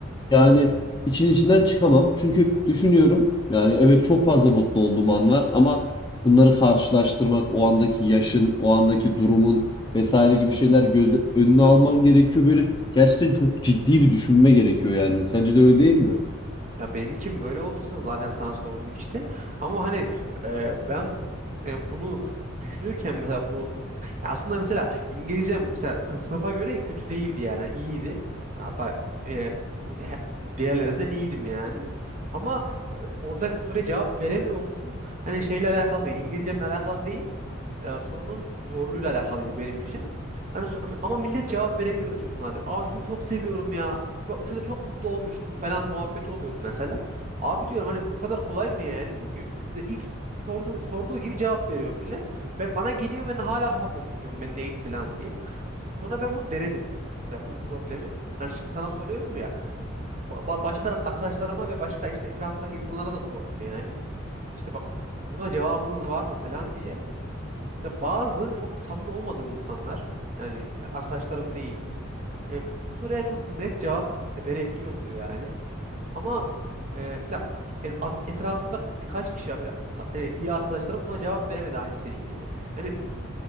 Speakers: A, on the left (about 20°); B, on the right (about 40°).
A: yani için içinden çıkamam. Çünkü düşünüyorum yani evet çok fazla mutlu olduğum an var ama bunları karşılaştırmak, o andaki yaşın, o andaki durumun vesaire gibi şeyler göz önüne alman gerekiyor. Böyle gerçekten çok ciddi bir düşünme gerekiyor yani. Sence de öyle değil mi?
B: Ya benim için böyle olduğu için zaten sana sordum işte. Ama hani e, ben e, bunu düşünürken mesela bu ya aslında mesela İngilizcem mesela sınıfa göre kötü değildi yani iyiydi. Hatta e, bu he- diğerlerinden iyiydim yani. Ama e, orada soruya cevap veremiyor oluşum hani şeyle alakalı değil, İngilizcemle alakalı değil e, sorunun zorluğuyla alakalıydı benim için. Hani so- ama millet cevap verebiliyordu çok nadir. Aa şunu çok seviyorum ya. Şu, şurada çok mutlu olmuştum falan muhabbeti oluyordu mesela. Abi diyorum hani bu kadar kolay mı ya? yani? Çünkü ilk sorduğu sorduğu gibi cevap veriyor millet. Ve bana geliyor ben hala kafamda düşünüyorum ben neydi falan diye. Sonra ben bunu denedim. Mesela bu problemi. Yani şimdi sana soruyorum ya. ba- ba- başka arkadaşlarıma ve başka işte etrafımdaki insanlara da sordum yani. İşte bak buna cevabınız var mı falan diye. Mesela bazı çok samimi olmadığım insanlar yani e, arkadaşlarım değil. e, bu soruya çok net cevap verebiliyordu yani. Ama e, mesela e- at- etrafımda birkaç kişi ya böyle sa- e, iyi arkadaşlarım buna cevap veremedi aynı senin gibi. Yani